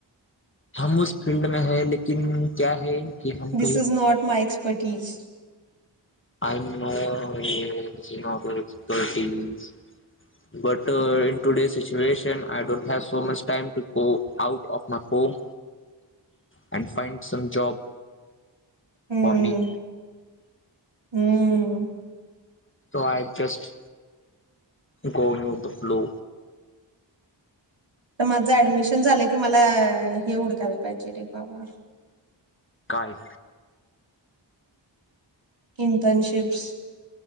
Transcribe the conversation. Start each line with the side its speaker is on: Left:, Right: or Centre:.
Left: हम उस फील्ड मे है लेकीन क्या है. की हम
Right: दिस
Left: कही
Right: is not my expertise.
Left: I know this is not expertise but in today situation I don't have so much time to go out of my home and find some job.
Right: Hmm
Left: For me.
Right: hmm,
Left: so I just go in the flow.
Right: तर माझं admission झालं की मला हे उड. झाल पाहिजे रे ब.
Left: काय.
Right: Internships.